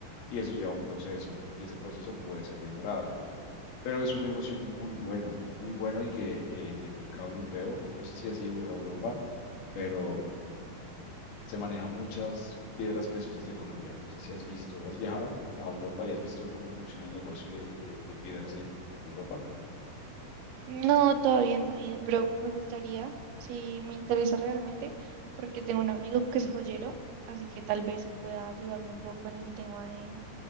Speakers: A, on the left; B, on the right.
A: Y eso lleva un proceso, y ese proceso puede ser demorado. Pero es un negocio muy bueno, muy bueno y que eh, en el mercado europeo, no sé si ha sido Europa, pero mm, se manejan muchas piedras preciosas de Colombia. No sé si has visto, has viajado a Europa y has visto cómo funciona el negocio de, de- de piedras en, en Europa.
B: No, todavía no he ido, pero me gustaría, si me interesa realmente, porque tengo un amigo que es joyero, así que tal vez él pueda ayudarme un poco en el tema de,